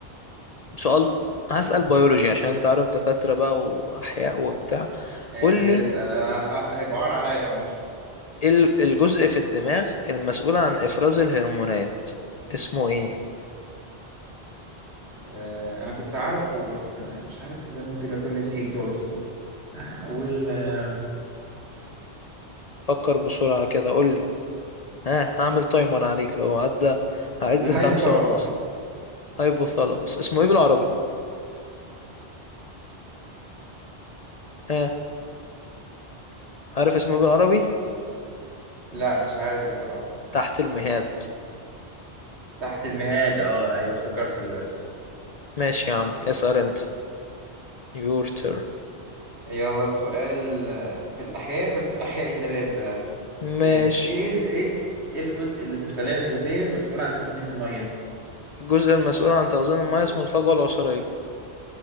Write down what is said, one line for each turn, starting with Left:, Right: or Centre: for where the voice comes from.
Left: سؤال هسأل بيولوجي عشان أنت عارف دكاترة بقى وأحياء وبتاع
Right: ايش
Left: قول لي
Right: اسال انا ه- هيبقى عار عليا لو مش
Left: إيه ال- الجزء في الدماغ المسؤول عن إفراز الهرمونات اسمه إيه؟
Right: آه، انا كنت عارفه بس مش عارف ازاي ممكن اكون نسيته بس اقول آه،
Left: فكر بسرعة كده قول لي ها هعمل تايمر عليك لو عدى هعد
Right: الهايبوثالاموس
Left: الخمسة وأنا أصلا هايبوثالاموس اسمه إيه بالعربي؟ ها عارف اسمه إيه بالعربي؟
Right: لا مش عارف بصراحه
Left: تحت المهاد
Right: تحت المهاد اه ايوه افتكرت دلوقتي
Left: ماشي يا عم اسأل أنت your turn
Right: يلا سؤال آه، في الاحياء بس احياء النبات بقى
Left: ماشي
Right: ايه ايه إز- ايه إيه الجزء اللي في الخلايا النباتية المسؤول عن تخزين المية؟
Left: الجزء المسؤول عن تخزين المياه اسمه الفجوة العصارية